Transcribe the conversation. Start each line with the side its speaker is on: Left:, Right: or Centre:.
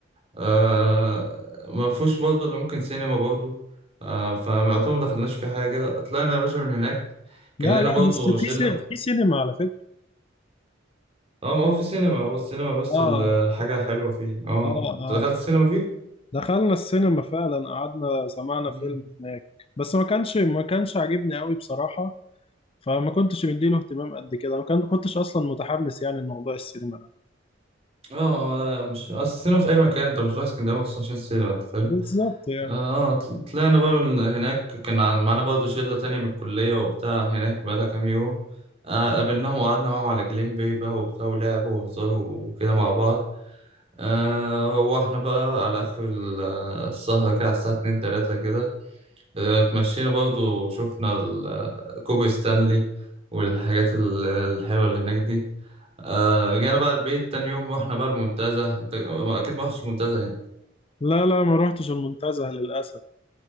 Right: آه ما فيهوش برضه الا ممكن سينما برضه آه فيعتبر ما دخلناش في حاجه طلعنا يا باشا من هناك كان
Left: لا
Right: لنا
Left: لا
Right: برضه
Left: بس
Right: شله
Left: في سي- في سينما على فكره
Right: اه ما هو في سينما هو السينما بس
Left: اه
Right: الحاجه حلوه فيه اه
Left: اه اه
Right: انت دخلت السينما فيه؟
Left: دخلنا السينما فعلا قعدنا سمعنا
Right: مم.
Left: فيلم هناك بس ما كانش ما كانش عاجبني قوي بصراحة فما كنتش مديله اهتمام قد كده ما كان- ما كنتش اصلا متحمس يعني لموضوع السينما ده
Right: اه لا مش اصل السينما في اي مكان انت مش رايح اسكندريه مخصوص عشان السينما انت فاهم
Left: بالظبط يعني
Right: اه طل- طلعنا بقى من هناك كان عن- معانا برضه شلة تانية من الكلية وبتاع هناك بقالها كام يوم آه قابلناهم وقعدنا معاهم على جليم باي بقى وبتاع ولعب وهزار وكده مع بعض آه روحنا بقى على آخر ال- السهرة كده على الساعة اتنين تلاتة كده آه اتمشينا برضه شفنا ال- كوبري ستانلي والحاجات ال- الحلوة اللي هناك دي آه رجعنا بقى البيت تاني يوم رحنا بقى المنتزه انت اكيد ما رحتش المنتزه
Left: لا لا ما روحتش المنتزه للأسف